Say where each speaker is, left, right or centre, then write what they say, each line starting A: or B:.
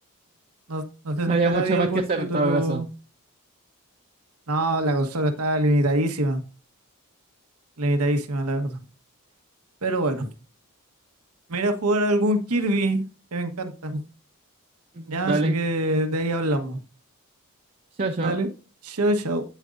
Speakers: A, on the right; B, on the right.
A: No, no sé
B: No
A: si acá
B: había mucho
A: había
B: más
A: algún
B: que hacer
A: título.
B: en todo caso.
A: No, la consola estaba limitadísima, limitadísima la verdad. Pero bueno, me iré a jugar algún Kirby, que me encanta.
B: Ujú,
A: Ya,
B: Dale,
A: así que de ahí hablamos.
B: chao, chao.
A: Dale, chau, chau.